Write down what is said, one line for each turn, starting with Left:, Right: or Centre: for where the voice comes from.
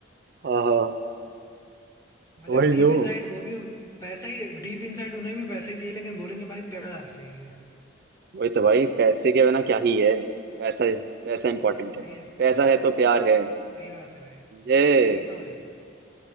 Right: हाँ हाँ
Left: मतलब
Right: वही
Left: डीप
Right: जो
Left: इनसाइड वो भी पैसा ही डीप इनसाइड उन्हें भी पैसा ही चाहिए लेकिन बोलेंगे भाई प्यार चाहिए
Right: वही तो भाई पैसे के बिना क्या ही है पैसा पैसा इंपॉर्टेंट है
Left: सही है
Right: पैसा है तो प्यार है
Left: सही बात है भाई
Right: समझे
Left: वही तो भाई